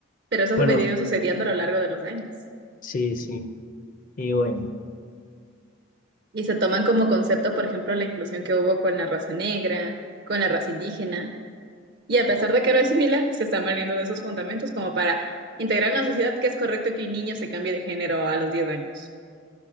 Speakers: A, on the right (about 55°); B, on the left (about 40°).
A: Pero eso
B: Bueno,
A: ha venido sucediendo a lo largo de los años.
B: sí, sí, y bueno,
A: Y se toman como concepto, por ejemplo, la inclusión que hubo con la raza negra, con la raza indígena. Y a pesar de que no es similar, se están valiendo de esos fundamentos como para integrar en la sociedad que es correcto que un niño se cambie de género a los diez años.